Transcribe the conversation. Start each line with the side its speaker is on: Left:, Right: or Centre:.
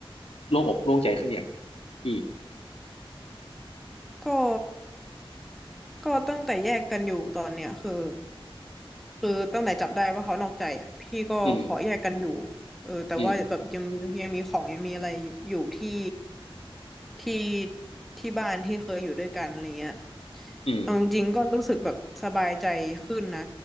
Left: โล่งอกโล่งใจขึ้นอยัง อีก
Centre: ก็ ก็ตั้งแต่แยกกันอยู่ตอนเนี้ยคือคือตั้งแต่จับได้ว่าเขานอกใจอ่ะพี่ก็ขอแยกกันอยู่
Left: อืม
Centre: เออแต่ว่าแบบยังมียังมีของยังมีอะไรอยู่ที่
Left: อืม
Centre: ที่ที่บ้านที่เคยอยู่ด้วยกันอะไรเงี้ย
Left: อืม
Centre: เอาจริงๆก็รู้สึกแบบสบายใจขึ้นนะ